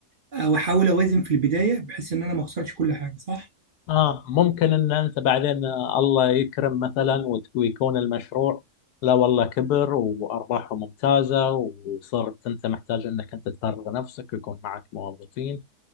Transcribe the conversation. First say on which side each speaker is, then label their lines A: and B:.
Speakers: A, on the right; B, on the left.
A: او احاول اوازن في البدايه بحيث ان انا ما اخسرش كل حاجه صح
B: اه ممكن ان انت بعدين آه، الله يكرم مثلا وت- ويكون المشروع لا والله كبر وارباحه ممتازة وصرت انت محتاج انك انت تفرغ نفسك ويكون معك موظفين